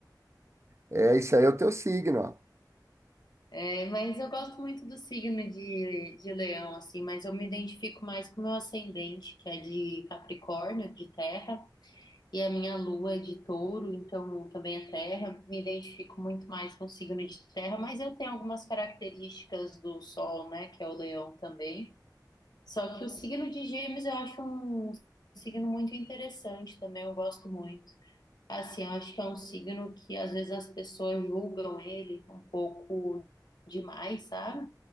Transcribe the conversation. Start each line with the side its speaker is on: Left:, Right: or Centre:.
Right: é, isso aí é o teu signo, ó.
Left: É, mas eu gosto muito do signo de, de leão, assim, mas eu me identifico mais com o meu ascendente, que é de Capricórnio, de terra, e a minha lua é de touro, então também é terra. Me identifico muito mais com o signo de terra, mas eu tenho algumas características do sol, né, que é o leão também. Só que o signo de Gêmeos eu acho um signo muito interessante também, eu gosto muito. Assim, eu acho que é um signo que às vezes as pessoas julgam ele um pouco demais, sabe?